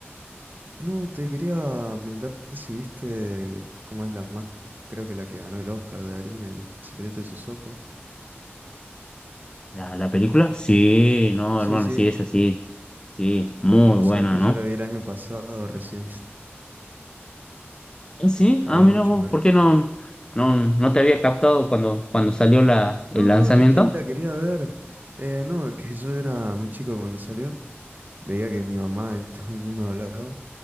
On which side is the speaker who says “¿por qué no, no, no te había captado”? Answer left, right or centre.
Left